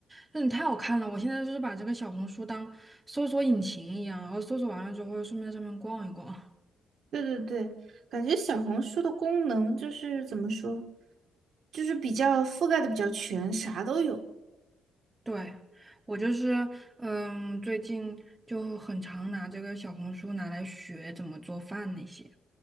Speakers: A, on the right (about 20°); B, on the right (about 65°).
A: 真的太好看了。我现在就是把这个小红书当搜索引擎一样，然后搜索完了之后顺便在上面逛一逛。<laughs>
B: 对对对，感觉小红书的功能就是怎么说，就是比较覆盖的比较全，啥都有。
A: 对，我就是，嗯，最近就很常拿这个小红书拿来学怎么做饭那些。